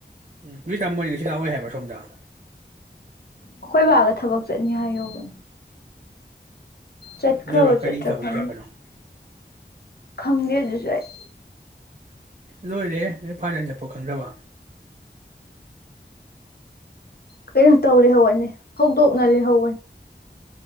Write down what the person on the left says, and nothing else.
ꯑꯩꯈꯣꯏ ꯕꯥꯒ ꯊꯕꯛ ꯆꯠꯅꯤ ꯍꯥꯏ ꯍꯧꯋꯦ ꯆꯠꯈ꯭ꯔꯕ
ꯆꯠꯇ꯭ꯔ
ꯈꯪ
ꯈꯪꯗꯦꯗꯨꯖꯨ ꯑꯩ
ꯀꯩꯅꯣ ꯇꯧ ꯂꯩꯍꯧꯕꯅꯦ ꯍꯧꯗꯣꯛꯅ ꯂꯩꯍꯧꯅꯤ